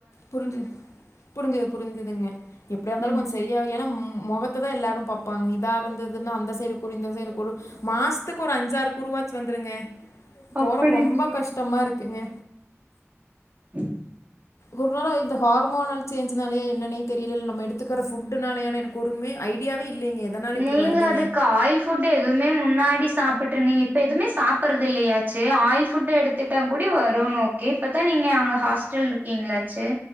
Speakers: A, on the left; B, on the right.
A: புரிஞ்சு புரிஞ்சுது புரிஞ்சுதுங்க எப்டியா இருந்தாலும்
B: ம்
A: கொஞ்ச செய் ஏன்னா மொகத்த தா எல்லாரும் பாப்பாங்க இதா இருந்ததுனா அந்த சைடு குரு இந்த சைடு குரு மாசத்துக்கு ஒரு அஞ்சாறு குருவாச்சு வந்துருங்க போறக்கு
B: அப்படிங்ளா
A: ரொம்ப கஷ்டமா இருக்குங்க
B: ம்
A: ஒரு நாளா இந்த ஹார்மோனல் சேஞ்ச்னாலயா என்னன்னே தெரியல நம்ம எடுத்துக்கிற ஃபுட்டுனாலேயா எனக் குறுமே ஐடியாவே இல்லைங்க எதனால இப்டி
B: நீங்க
A: வருதுனே
B: அதுக்கு ஆயில் ஃபுட் எதுவுமே முன்னாடி சாப்ட்டு இருந்தீங்க இப்ப எதுவுமே சாப்புறது இல்லயாச்சே ஆயில் ஃபுட் எடுத்துட்டா கூடி வரும்னு ஓகே இப்பதா நீங்க அங்க ஹாஸ்டல்ல இருக்கீங்களாச்செ